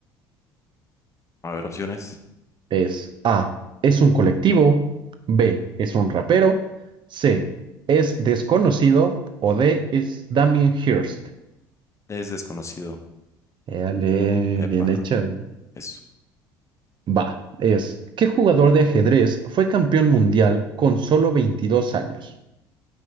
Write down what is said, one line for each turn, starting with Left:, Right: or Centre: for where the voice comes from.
Left: A ver, opciones.
Right: es A, es un colectivo, B, es un rapero, C, es desconocido o D, es Damien Hirst.
Left: Es desconocido.
Right: Dale,
Left: Epa,
Right: bien hecha.
Left: eso.
Right: Va, es, ¿qué jugador de ajedrez fue campeón mundial con solo 22 años?